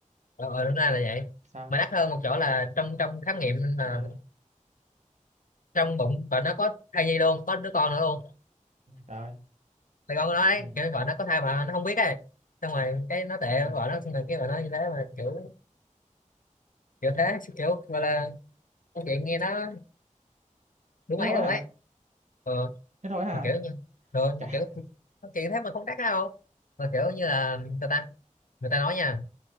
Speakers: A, on the left; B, on the right.
A: ờ ờ, đúng ra là vậy
B: sao
A: mà đắt hơn một chỗ là trong trong khám nghiệm là
B: ờ
A: trong bụng vợ nó có thai nhi luôn có đứa con nữa luôn
B: rồi
A: thì con nó nói
B: ừ
A: kiểu vợ nó có thai mà nó không biết ấy xong rồi cái nó tệ
B: ừ
A: vợ nó xong rồi cái vợ nó như thế mà kiểu kiểu thế kiểu gọi là câu chuyện nghe nó đúng
B: thế
A: ấy
B: thôi
A: luôn
B: hả
A: ấy ừ.
B: thế thôi hả
A: mà kiểu như rồi mà
B: chả
A: kiểu câu chuyện thế mà không đắt đâu mà kiểu như là người ta người ta nói nha